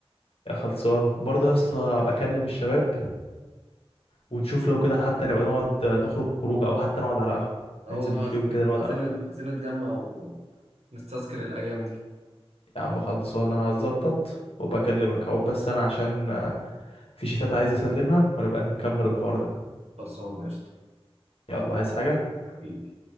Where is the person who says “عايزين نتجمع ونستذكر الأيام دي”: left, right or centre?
Right